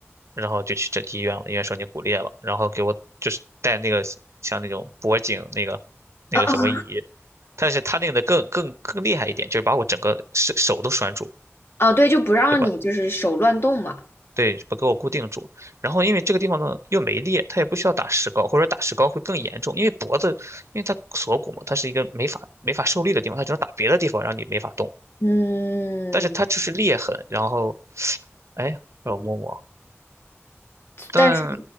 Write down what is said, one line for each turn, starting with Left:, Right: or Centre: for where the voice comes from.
Right: 然后就去整体医院了，医院说你骨裂了，然后给我就是带那个像那种脖颈那个那个什么仪，
Left: 啊！
Right: 但是他那个的更更更厉害一点，就是把我整个手手都拴住，
Left: 哦哦对，就不让你就是手乱动嘛。
Right: 对吧？对，把给我固定住。然后因为这个地方呢又没裂，他也不需要打石膏，或者说打石膏会更严重，因为脖子，因为它锁骨嘛，它是一个没法没法受力的地方，它只能打别的地方让你没法动。
Left: 嗯，
Right: 但是它就是裂痕，然后哎呀让我摸摸，但
Left: 但是